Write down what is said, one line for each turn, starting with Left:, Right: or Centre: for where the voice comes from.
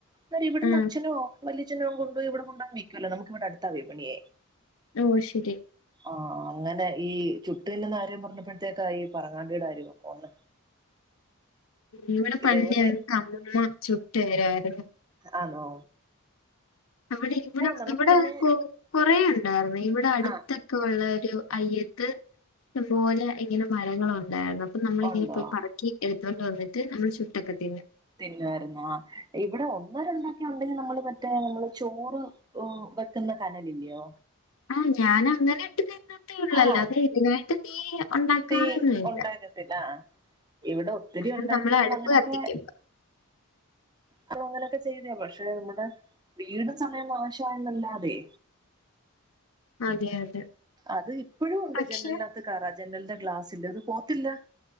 Right: എന്ന ഇവിടന്ന്
Left: ആ
Right: അച്ഛനോ വല്യച്ഛനോ കൊണ്ട് പോയി ഇവിടെ കൊണ്ടോ വിൽക്കുവല്ലോ നമുക്ക് ഇവിടെ അടുത്താ വിപണിയേ
Left: ഉം ശരി
Right: ആഹ അങ്ങനെ ഈ ചുട്ടുന്നകാര്യം പറഞ്ഞപ്പോഴത്തേക്കാ ഈ പറങ്ങാണ്ടിടെ കാര്യ ഓർമ്മവന്നെ
Left: ഇവിടെ
Right: ഇതേപോലെ
Left: പണ്ടിങ്ങക്ക് അമ്മമ്മ ചുട്ടു തരുവായിരുന്നു
Right: ആണോ
Left: ഇവിടെ ഇവിടെ
Right: നമുക്ക്
Left: ഇവിടെ
Right: പിന്നെ
Left: കൊ കൊറേ ഉണ്ടായിരുന്നു ഇവിടെ അടുത്ത്
Right: ആഹ്
Left: ഉള്ള ഒരു അയ്യത്ത് ഇഷ്ടം പോലെ ഇങ്ങനെ മരങ്ങളുണ്ടായിരുന്നു പ്പൊ നമ്മളിങ്ങനെ
Right: ഉണ്ടോ
Left: പോയി പറക്കി എടുത്തുകൊണ്ട് വന്നിട്ട് മ്മള് ചുട്ടൊക്കെ തിന്ന്
Right: തിന്നായിരുന്നോ ഇവിടെ ഒന്ന് രണ്ടാക്കെ ഉണ്ടെങ്കിൽ നമ്മള് മറ്റേ നമ്മള് ചോറ് ഓ വെക്കുന്ന കാനലിയോ
Left: ആഹ് ഞാൻ അങ്ങനെ ഇട്ട് തിന്നത്തേ ഒള്ളു
Right: ആഹ്
Left: അല്ലാതെ ഇതിനായിട്ട് തീ ഉണ്ടാക്കാറൊന്നല്ല
Right: തീ ഉണ്ടാക്കത്തില്ല ആഹ് ഇവിടെ ഒത്തിരി
Left: അങ്ങനെ
Right: ഉണ്ടായിട്ട്
Left: നമ്മളെ
Right: നമ്മൾ
Left: അടുപ്പ്
Right: അങ്ങനെയൊക്കെ
Left: കത്തിക്കുമ്പൊ
Right: പ്പ അങ്ങനെയൊക്കെ ചെയ്ത പക്ഷെ ഇവ്ടെ വീടും സമയം നാശാവാണ്ട് നിന്നതി
Left: അതെ അതെ
Right: അത് ഇപ്പോഴും ഉണ്ട്
Left: പക്ഷെ
Right: ജനലിനകത്ത് കറാ ജനലിന്റെ ഗ്ലാസ്സ്ൽ അത് പോത്തില്ല